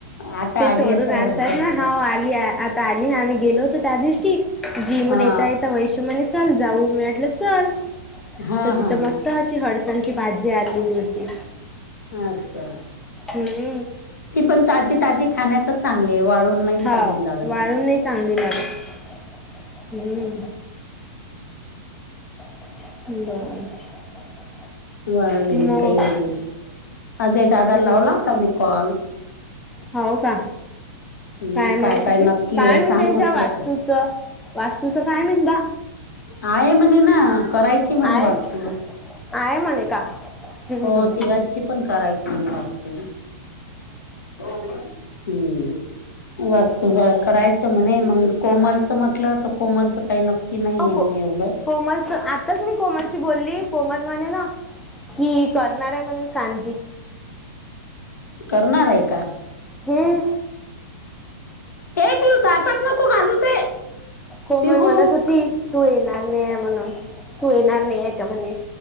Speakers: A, on the left; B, in the centre.
A: आता
B: ते
A: आली
B: तोंडुन
A: असेल
B: आणतात
A: हरसांची
B: ना
A: बाई
B: आता आली ना आम्ही गेलोतो त्या दिवशी जीवून
A: हा
B: येेतयेत वैष् म्हण चल जाऊ मिटलं च
A: हा
B: तर तिथं
A: हा
B: मस्त हडसणची भाजी आणलेली होती.
A: अच्छा
B: ह् <inaudible>
A: ती पण ताजी ताजी खाण्यातच चांगली आहे वाळून नाही
B: हाव
A: चांगली लागत
B: वाळून
A: ती
B: नाही चांगली लागत. हम्म. बर.
A: वाळलेली
B: मग
A: काही एवढे, अजय दादाला
B: हम्म
A: लावला होता मी कॉल.
B: हाव का?
A: हम्म,
B: काय म्हणत होते
A: नक्की
B: काय
A: आहे सांग
B: म त्यांच्या
A: म्हटलं
B: वास्तूच.
A: तू
B: वास्तुचं काय म्हणदा.
A: आहे म्हणे ना. करायचीय म्हणे
B: आहे
A: वास्तू.
B: आहे म्हणे का हम्म,
A: हो
B: हम्म.
A: तिघची पण करायची म्हणे वास्तू. हम्म वास्तू
B: हा.
A: ज करायच म्हणे. मग कोमालचं म्हटलं तर कोमालच काही नक्की नाहीये
B: हो को
A: म्हणे एवढं.
B: कोमलच आताच मी कोमलशी बोलली. कोमल म्हणे ना की करणारे म्हणून सांजी.
A: करणारे का?
B: हम्म.
A: ये पिऊ दातात नको घालू ते.
B: कोमल
A: पिहू
B: म्हणत होती. तू येणार नाहीय म्हणूनृ तू येणार नाहीय का म्हणे.